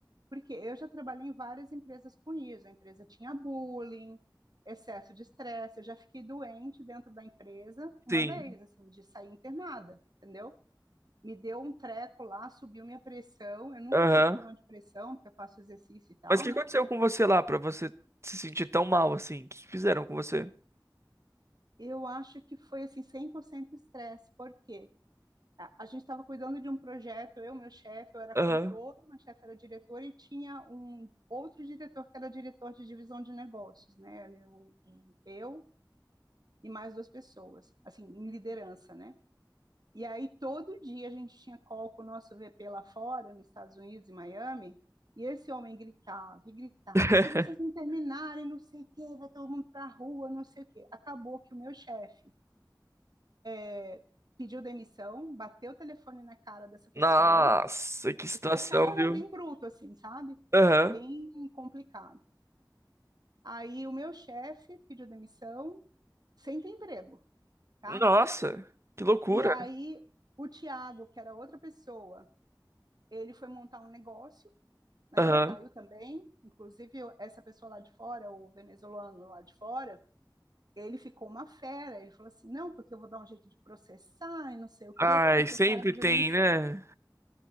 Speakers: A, on the right; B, on the right.
A: porque eu já trabalhei em várias empresas com isso. A empresa tinha bullying, excesso de estresse. Eu já fiquei doente dentro da empresa uma
B: Sim.
A: vez, assim, de sair internada, entendeu? Me deu um treco lá, subiu minha pressão. Eu nunca
B: Aham.
A: tive problema de pressão, porque eu faço exercício e tal,
B: Mas o que
A: né?
B: aconteceu com você lá pra você se sentir tão mal assim? O que fizeram com você?
A: Eu acho que foi assim 100% estresse, porque a, a gente estava cuidando de um projeto, eu, meu chefe, eu era
B: Aham.
A: controller, meu chefe era diretor e tinha um outro diretor que era diretor de divisão de negócios, né? Eu, eu e mais duas pessoas, assim, em liderança, né? E aí todo dia a gente tinha call com o nosso VP lá fora, nos Estados Unidos, em Miami, e esse homem gritava e gritava:
B: <laughs>
A: se vocês não terminarem, não sei o quê, vai todo mundo para a rua, não sei o quê. Acabou que o meu chefe é, pediu demissão, bateu o telefone na cara dessa pessoa.
B: Nossa, que situação,
A: O, o cara era
B: viu?
A: bem bruto, assim, sabe?
B: Aham.
A: Bem complicado. Aí o meu chefe pediu demissão, sem ter emprego, tá?
B: Nossa, que loucura.
A: E aí o Tiago, que era outra pessoa, ele foi montar um negócio, né?
B: Aham.
A: Saiu também, inclusive eu- essa pessoa lá de fora, o venezuelano lá de fora, ele ficou uma fera. Ele falou assim: não, porque eu vou dar um jeito de processar e não sei o
B: Ai,
A: quê, porque
B: sempre
A: o cara pediu
B: tem,
A: demissão.
B: né?